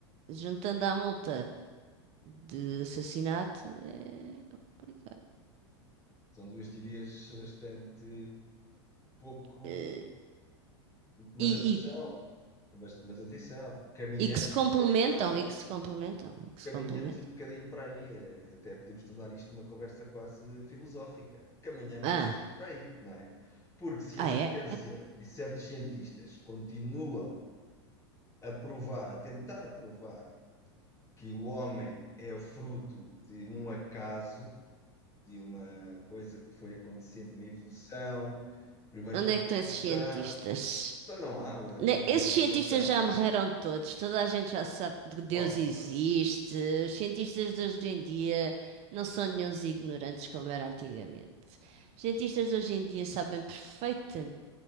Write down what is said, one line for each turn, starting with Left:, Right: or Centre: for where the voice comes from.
Right: juntando à multa de assassinato, é complicado.
Left: São duas teorias bastante pouco.
Right: Eh,
Left: Mas
Right: E,
Left: atenção,
Right: e,
Left: mas, mas atenção, caminhamos
Right: e que se complementam,
Left: um bocadinho para aí.
Right: e que se complementam, e que
Left: Caminhamos
Right: se complementam.
Left: um bocadinho para aí, eh, até podemos tornar isto uma conversa quase filosófica. Caminhamos
Right: Ah,
Left: um bocadinho para aí, não é? Porque se
Right: ah
Left: a ciência
Right: é?
Left: e certos cientistas continuam a provar, a tentar provar que o homem é fruto de um acaso, de uma coisa que foi acontecendo, uma evolução. Primeiro
Right: Onde
Left: foi
Right: é que
Left: uma
Right: estão
Left: explosão.
Right: esses cientistas?
Left: Então não há a
Right: Ne-
Left: teoria
Right: Esses
Left: da
Right: cientistas
Left: evolução
Right: já morreram todos, toda a gente já sabe que Deus
Left: horror
Right: existe. Os cientistas de hoje em dia não são nenhuns ignorantes como era antigamente. Os cientistas de hoje em dia sabem perfeitamente.